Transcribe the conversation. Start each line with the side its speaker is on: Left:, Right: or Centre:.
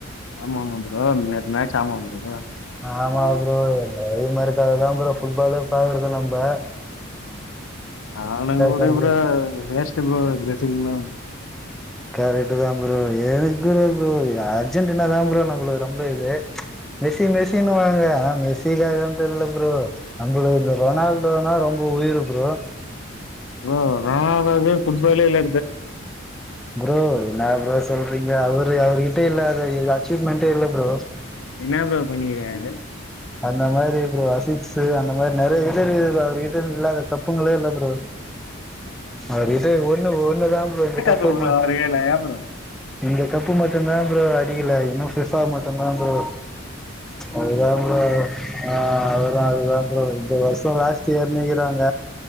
Left: ஆமா ப்ரோ நேத்து மேட்ச் ஆடுனாங்களா
Centre: ஆமா ப்ரோ அத மாதிரக்காதா ப்ரோம் ஃபுட்பாலே பாக்குறது நம்ம
Left: அவன உடு
Centre: கொஞ்ச
Left: ப்ரோ வேஷ்டு ப்ரோ டிரெஸிங்னு
Centre: கரட்டு் தான் ப்ரோ எதுக்கு அர்ஜென்டினா தாம்ப்ரோ நம்மளுக்கு ரொம்ப இது மெஸ்ஸி மெஸ்ஸி வாராங்க ஆனா மெஸ் இல்ல ப்ரோ நம்மள இந்த ரொனால்டோனா ரொம்ப உயிர் ப்ரோ
Left: ப்ரோ ரெனால்ட் இல்லன்னா புட்பாலே இல்ல
Centre: ப்ரோ என்ன ப்ரோ அவரு அவர்கிட்ட இல்லாத இதுவா <unintelligible> இல்ல ப்ரோ
Left: என்ன ப்ரோ பண்ணிருக்காரு
Centre: அந்த மாதிரி ப்ரோ ஆசிட்ஸு அந்த மாதிரி நறைய <unintelligible> அவங்க கிட்ட இல்லாத கப்புங்களே இல்ல ப்ரோ அவர் கிட்ட ஒண்ணு ஒண்ணுதான் ப்ரோ கப்பு
Left: அ
Centre: ம
Left: ஏல்லாயாரு <unintelligible>
Centre: இந்த கப்பு மட்டும்தான் ப்ரோ அடிக்கல இன்னும் பிஃபா மட்டும்தா ப்ரோ அதுதா ப்ரோ ஆ அதுதான் அதுதான் ப்ரோ இந்த வருஷம் லாஸ்ட் இயர்னேங்கறாங்க